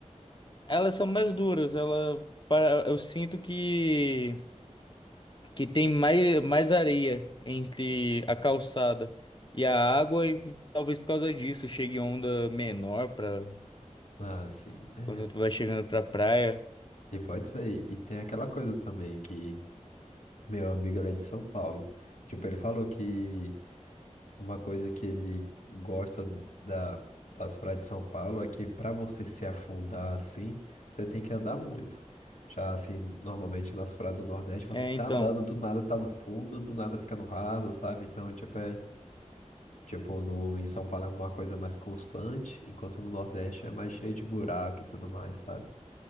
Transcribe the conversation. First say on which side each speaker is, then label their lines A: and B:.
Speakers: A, on the left; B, on the left.
A: elas são mais duras, ela, para, eu sinto que que tem mais, mais areia entre a calçada e a água, e talvez por causa disso chegue onda menor para
B: Ah, sim, é.
A: quando tu vai chegando pra praia.
B: E pode ser. E tem aquela coisa também que meu amigo ele é de São Paulo. Tipo, ele falou que Uma coisa que ele gosta da, das praias de São Paulo é que para você se afundar assim, você tem que andar muito. Já assim, normalmente nas praias do Nordeste, você
A: É,
B: tá
A: então,
B: andando, do nada tá no fundo, do nada fica no raso, sabe? Então, tipo, é, tipo no, em São Paulo é uma coisa mais constante, enquanto no Nordeste é mais cheio de buraco e tudo mais, sabe?